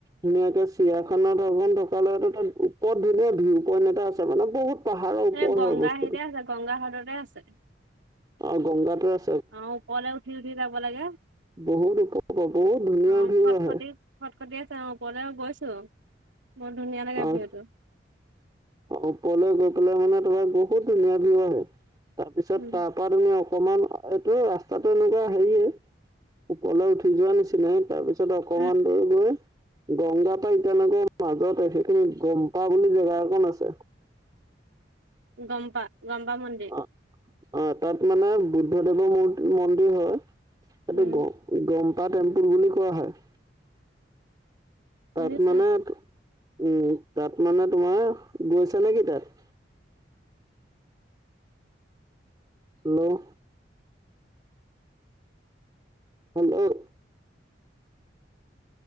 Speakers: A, on the right; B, on the right.
A: ধুনীয়াকে চিয়াখানাৰ ধন থকা <unintelligible> ধুনীয়া ভিউ পইণ্ট এটা আছে। মানে বহুত পাহাৰৰ ওপৰত
B: সে গংগা
A: হয় বস্তুটো
B: হিতে আছে গংগা ঘাততে আছে।
A: অ গংগাটোৰ আ
B: অ উপৰলে উঠি উঠি যাব লাগে।
A: বহুত বহুত ধুনীয়া
B: অ
A: ধুনীয়া ভিউ
B: খট
A: আহে।
B: খটি <unintelligible> আছে অ ওপলেও গৈছো বৰ ধুনীয়া লাগে
A: আহ
B: ভিওটো
A: ওপৰলৈ গৈ পেলাই মানে তোমাৰ বহুত ধুনীয়া বিউ আহে। তাৰপিছত
B: উম
A: তাৰ পৰা তুমি অকমান এইটো ৰাস্তাতটো এনেকুৱা হেৰিয়ে ওপৰলে উঠি যোৱা নিচিনাই, তাৰপিছত পাছত অকণমান
B: উম
A: গৈ গংগা পাই ইতানগৰ মাজত আছে দেই গম্পা বুলি জেগা এখন আছে।
B: গম্পা, গম্পামন্দিৰ
A: অ অ তাত মানে বুদ্ধদেৱৰ ম মন্দিৰ হয়। এইটো
B: উম
A: গম গম পা টেম্পুল বুলি কোৱা হয়।
B: শুনিছো
A: তাত মানে উম। তাত মানে তোমাৰ, গৈছা নেকি তাত? হেল্ল' হেল্ল'